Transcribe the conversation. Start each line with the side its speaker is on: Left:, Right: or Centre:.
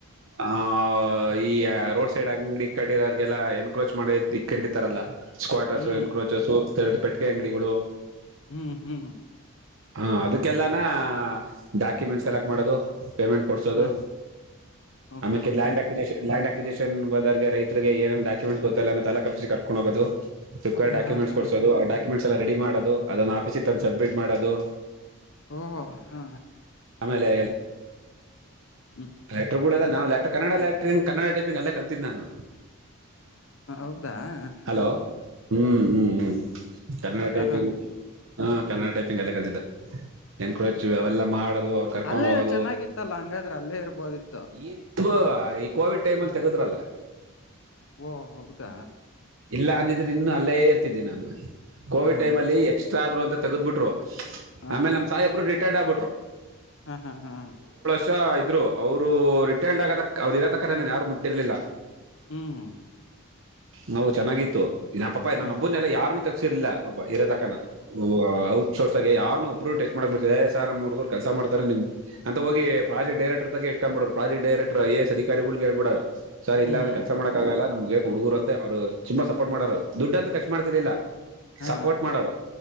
Right: ಆ ಈ ರೋಡ ಸೈಡ್ ಅಂಗಡಿ ಕಡಿೋರ್ಲ್ಲ ಎನ್ಕ್ರೋಚ್ ಮಾಡ ಇಕ್ಕೊಂಡಿಿತಾರಲ್ಲ ಸ್ಕವಾಟಸು
Left: ಹ್ಮ್
Right: ಎಣಕೋಚಸು ಪೆಟ್ಟಕ ಅಂಗಡಿಗಳು
Left: ಹ್ಮ್ ಹ್ಮ್ ಹ್ಮ್ ಹ್ಮ
Right: ಹಾ ಅದಕ್ಕೆಲ್ಲಾನ ಡಾಕ್ಯುಮೆಂಟ್ ಕಲೆಕ್ಟ್ ಮಾಡೋದು ಪೇಮೆಂಟ್ ಕೊಡ್ಸೋದು
Left: ಹ ಓಕೆ
Right: ಆಮ್ಯಾಕೆ
Left: okay
Right: land acquisition land application ಬದಾದಗೆ ರೈ ರಿಗೆ ಏೇ ಡಾಕ್ಯುಮೆಂಸ್ ಗೊತ್ತಲ್ಲ ತಾ ಕಪ್ಪಿಸಿ ಕರ್ಕೊಂಡ ಹೋಗೊದು ಸಕ್ವರ್
Left: ಹ
Right: ಡಾಕುಮೆಂಟ್
Left: ಹಾ ಹಾ
Right: ಕೊಸೋದು ಆ ಡಾಕುಮೆಂಸ್ ಎಲ್ಲ ರೆಡಿ ಮಾಡೋದು ಅದ ಆಫೀಸ್ ತ ಸ್ಮಿಟ್ ಮಾಡದು
Left: ಓಹೋ ಹಾ
Right: ಆಮೇಲೆ
Left: ಹ್ಮ್
Right: ಲೇಟರ್ಗಳಲ್ಲ ನಾವವು ಟರ್ ಕನ್ನಡ ಲಟ್ರಿಂಗ್ ಕನ್ನಡ ಟೈಪಿಂಗ್ ಎಲ್ಲ ಕಲ್ತಿದ್ದ ನಾನು
Left: ಹ ಹೌದಾ
Right: ಹಲೋ
Left: ಹ
Right: ಹ್ಮ್ ಹ್ಮ್ ಹ್ಮ್ ಕನ್ನಡ ಟೈಪಿಂಗ್
Left: ಹ
Right: ಹ ಕನ್ನಡ ಟೈಪಿಂಗ್ ಎಲ್ಲ ಕಲ್ತಿದೆ ಎನ್ಕಚ್ಚಿವ ಅವಲ್ಲಾ ಮಾಡದು ಅವ್ರು ಕರ್ಕೊಂಡ್
Left: ಅಲ್ಲೇ
Right: ಹೋಗೋದು
Left: ಚೆನ್ನಾಗಿತ್ತಲ್ಲ ಹಂಗಾದ್ರೆ ಅಲ್ಲೇ ಇರ್ಬೋದಿತ್ತು
Right: ಇದು ಈ ಕೋವಿಡ್ ಟೈಮ್
Left: ಹ್ಮ್.
Right: ಅಲ್ಲಿ ತೆಗೆದ ಲ
Left: ಓ ಹೌದಾ
Right: ಇಲ್ಲ ಅಂದಿದ್ರೆ ಇನ್ನ ಅಲ್ಲೇ ಇರ್ತಿದ್ದೆ ನಾನು ಕೋವಿಡ್
Left: ಹಾ
Right: ಟೈಮ್ಲ್ಲಿ ಎಕ್ಸ್ಟ್ರಾ ಆದ್ರು ಅಂತ ತೆಗೆದ್ಬಿಟ್ರು
Left: ಹ
Right: ಆಮೇಲೆ ನಮ್ ಸಾಯಿಬ್ರು ರಿಟೈರ್ಡ್ ಆಗ್ಬಿಟ್ರು
Left: ಹಾ ಹಾ ಹಾ ಹ
Right: ಷ ಇದ್ರು ಅವರು ರಿಟೈರ್ಡ್ ಆಗತ ಅವ್ರು ಇರೋತಕ್ಕ ನನ್ ಯಾರು ಮುಟ್ಟಿರ್ಲಿಲ್ಲ
Left: ಹ್ಮ್
Right: ನಾವು ಚೆನ್ನಾಗಿತ್ತು ಇ ಪಾಪ ನನ್ನಬ್ನ್ನೆಲ್ಲ
Left: ಹ
Right: ಯಾರನ್ನುೂ ತಗಸಿರ್ಲಿಲ್ಲ ಪಾಪಾ ಇರೋದಕನ ಉ ಅವ್ರು ಶೋರ್ಸ್ ಆಗ ಯಾರು ಒಬ್ಬೂ ಟಚ್ ಮಾಡಕ್ಬ ಬಿಡ್ತ ಸ ನಮ್ಮ ಮೂುಡುಗರು ಕೆಲಸ ಮಾಡ್ತಾರೆ ನಿಮ್ ಅಂತ ಹೋಗಿ ಪ್ರಾಜೆಕ್ಟ್ ಡೈರೆಕ್ಟರ ತಕೆ ಕ ಮಾಡಬ ಪ್ರೆಕ್ಟ್ ಡರೆಕ್ರ್ ಎಸ್ ಅಿಕಾರಿಗಳುಗ್ೇಳ್ಬಡಾರ ಸರ್ ಇಲ್ಲಂದ್ರೆ
Left: ಹ್ಮ್
Right: ಕೆಲಸ ಮಾಡಕಕ್ ಆಗಲ್ಲ ನಮ್ಗ್ಗಕ್ ಹುಡುಗುರು ಅಂತ ಅವರು ತುಂಬಾ ಸಪೋರ್ಟ್ ಮಾಡರು ದುಡ್ಡ ಅಂತ ಖಚ ಮಾಡ್ತಿರ್ಲಿಲ್ಲ
Left: ಹಾ
Right: ಸಪೋರ್ಟ್ ಮಾಡೋರು